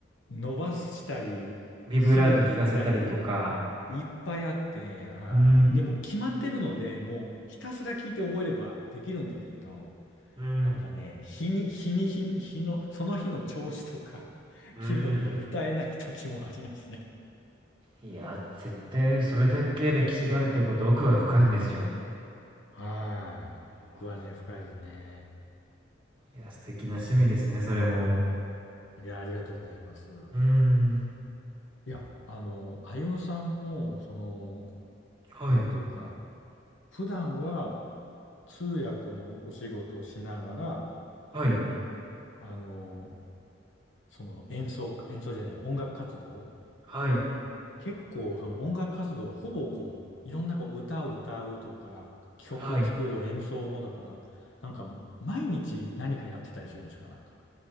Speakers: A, on the left; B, on the right.
A: 伸ばしたり、
B: ビブラート聞かせたりとか。
A: すぐに言ったり、いっぱいあって、はい。
B: うん。
A: でも、決まってるので、もう、ひたすら聞いて覚えればできるんですけど、
B: うん。
A: なんかね、日に、日に、日に、日の、その日の調子とか、<laughs>
B: うーん。
A: 気分で歌えない時もありますね。
B: いや、絶対それだけ歴史があるっていうことは奥が深いんですよ。
A: はい。
B: うー
A: 僕はね、深いですね。
B: ん。いや、素敵な趣味ですね、それも。
A: いや、ありがとうございます。
B: うーん。
A: いや、あの、歩夢さんも、その、
B: はい、
A: なんていうか、普段は通訳のお仕事をしながら、
B: はい、
A: あの、その演奏、演奏じゃない、音楽活動、
B: はい、
A: 結構その音楽活動、ほぼこう、いろんなこう歌を歌うとか、曲作る演奏もだから、
B: はい。
A: なんか、毎日何かやってたりするんですか、なんか。